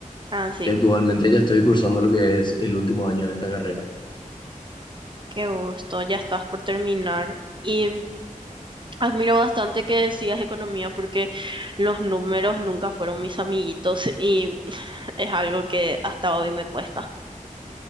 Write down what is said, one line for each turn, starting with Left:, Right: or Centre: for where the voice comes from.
Right: Ah, sí,
Left: Y actualmente ya estoy cursando lo que es el último año de esta carrera.
Right: qué gusto, ya estás por terminar. Y Admiro bastante que decidas economía porque los números nunca fueron mis amiguitos y <laughs> es algo que hasta hoy me cuesta.